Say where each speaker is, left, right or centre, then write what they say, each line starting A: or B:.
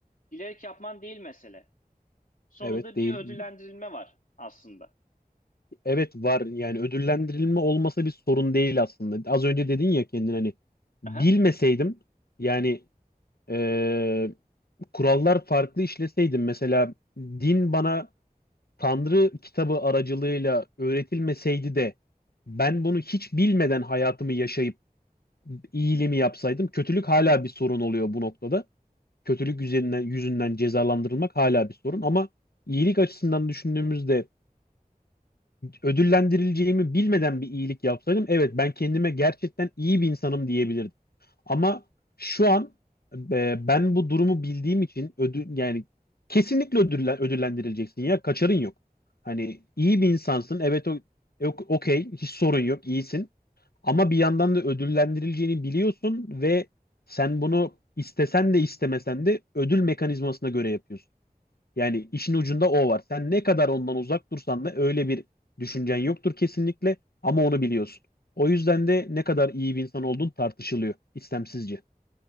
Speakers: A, on the left; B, on the left.
A: bilerek yapman değil mesele. Sonunda
B: evet değil.
A: bir ödüllendirilme var aslında.
B: Evet var yani ödüllendirilme olmasa bir sorun değil aslında. Az önce dedin ya kendin hani bilmeseydim
A: Aha.
B: yani e, kurallar farklı işleseydim mesela din bana Tanrı kitabı aracılığıyla öğretilmeseydi de ben bunu hiç bilmeden hayatımı yaşayıp iyiliğimi yapsaydım kötülük hala bir sorun oluyor bu noktada. Kötülük yüzünden, yüzünden cezalandırılmak hala bir sorun ama iyilik açısından düşündüğümüzde ödüllendirileceğimi bilmeden bir iyilik yapsaydım evet ben kendime gerçekten iyi bir insanım diyebilirdim. Ama şu an e, ben bu durumu bildiğim için ödül yani kesinlikle ödüllen- ödüllendirileceksin ya kaçarın yok. Hani iyi bir insansın evet o e, ok- okey hiç sorun yok iyisin ama bir yandan da ödüllendirileceğini biliyorsun ve sen bunu istesen de istemesen de ödül mekanizmasına göre yapıyorsun. Yani işin ucunda o var. Sen ne kadar ondan uzak dursan da öyle bir düşüncen yoktur kesinlikle ama onu biliyorsun. O yüzden de ne kadar iyi bir insan olduğun tartışılıyor istemsizce.